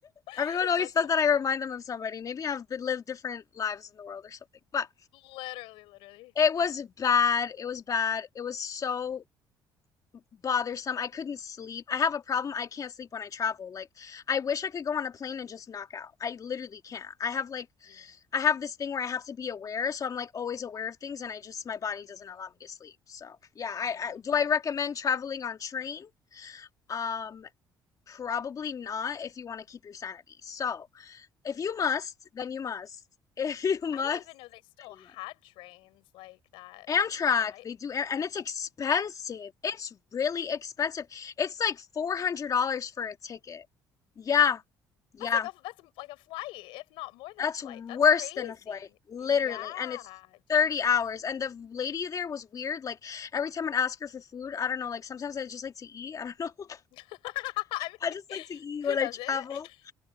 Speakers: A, on the left; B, on the left.
A: <laughs>
B: Everyone always
A: That's
B: says
A: funny.
B: that I remind them of somebody. Maybe I've been, lived different lives in the world or something. But
A: Literally, literally.
B: it was bad. It was bad. It was so bothersome. I couldn't sleep. I have a problem. I can't sleep when I travel. Like, I wish I could go on a plane and just knock out. I literally can't. I have like,
A: Yeah.
B: I have this thing where I have to be aware, so I'm like always aware of things, and I just my body
A: Mm,
B: doesn't allow me to sleep. So yeah,
A: mhm.
B: I, I do I recommend traveling on train? Um, Probably not if you want to keep your sanity. So, if you must, then you must. <laughs> If you must,
A: I didn't even know they still
B: then you
A: had trains like that.
B: must. Amtrak,
A: Am I
B: they do and it's expensive. It's really expensive. It's like $400 for a ticket. Yeah, yeah.
A: That's like a that's like a flight, if not more than
B: That's
A: a flight.
B: worse
A: That's crazy.
B: than a flight, literally.
A: Yeah,
B: And it's 30
A: jeez.
B: hours. And the lady there was weird. Like, every time I'd ask her for food, I don't know, like sometimes I just like to eat. <laughs> I don't know.
A: <laughs> I
B: I
A: mean,
B: just like to eat
A: who
B: when
A: doesn't?
B: I travel.
A: <laughs>